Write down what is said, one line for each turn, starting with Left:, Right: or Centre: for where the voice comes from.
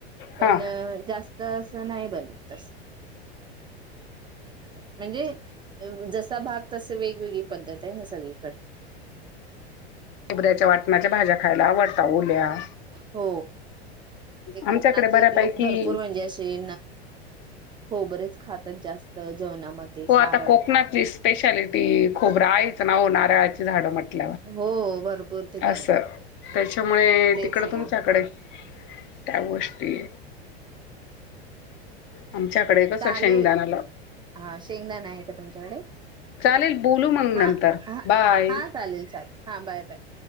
Right: पण
Left: हां
Right: जास्त तर असं नाही बन तस
Left: ह
Right: म्हणजे जसा भाग तस वेगवेगळी पद्धत आहे ना सगळीकडे
Left: खबऱ्याच्या वाटणाच्या भाज्या खायला आवडत ओल्या
Right: हो ते कोकणातले
Left: आमच्याकडे बऱ्यापैकी
Right: लोक भरपूर म्हणजे असे हो बरेच खातात जास्त जेवणामध्ये
Left: हो
Right: सारळ
Left: आता कोकणची स्पेशालिटी खूप रायच ना हो नारळाची झाड म्हट
Right: हो भरपूर ठिकाणी
Left: अस त्याच्यामुळे
Right: तेच
Left: तिकड तुमच्याकडे
Right: ना
Left: त्या गोष्टी आमच्याकडे कसं
Right: चालेल
Left: शेंगदाना ला
Right: हा शेंगदाना आहे का तुमच्याकडे
Left: चालेल बोलू मग
Right: हा
Left: नंतर
Right: आ
Left: बाय
Right: हा चालेल चालेल हा बाय बाय